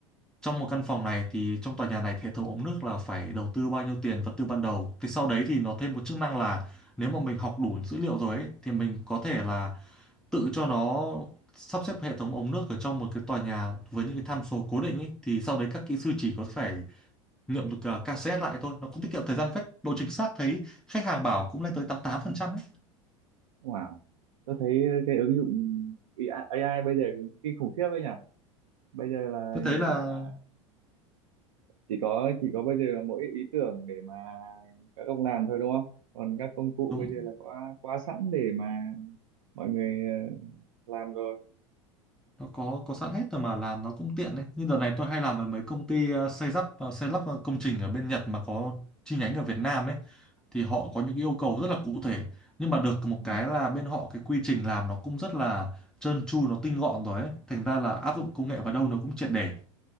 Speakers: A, in the centre; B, on the right.
A: trong một căn phòng này thì trong tòa nhà này hệ thống ống nước là phải đầu tư bao nhiêu tiền vật tư ban đầu thì sau đấy thì nó thêm một chức năng là nếu mà mình học đủ dữ liệu rồi ấy, thì mình có thể là tự cho nó sắp xếp hệ thống ống nước ở trong một cái tòa nhà với những cái tham số cố định ấy thì sau đấy các kỹ sư chỉ có phải nghiệm được uh, KCS lại thôi nó cũng tiết kiệm thời gian phết độ chính xác thấy khách hàng bảo cũng lên tới 88% ấy
B: Wow, tôi thấy cái ứng dụng AI AI bây giờ kinh khủng khiếp đấy nhỉ. Bây giờ là
A: tôi thấy
B: hiện
A: là
B: tại là chỉ có chỉ có bây giờ là mỗi ý tưởng để mà các ông làm thôi đúng không? Còn các công cụ
A: đúng
B: bây giờ là có quá sẵn để mà mọi người ờ, làm rồi.
A: nó có có sẵn hết rồi mà làm nó cũng tiện đấy như đợt này tôi hay làm với mấy công ty ờ, xây lắp ờ, xây lắp ờ, công trình ở bên Nhật mà có chi nhánh ở Việt Nam ấy thì họ có những yêu cầu rất là cụ thể nhưng mà được một
B: Ừ.
A: cái là bên họ cái quy trình làm nó cũng rất là trơn tru nó tinh gọn rồi ấy thành ra là áp dụng công nghệ vào đâu nó cũng triệt để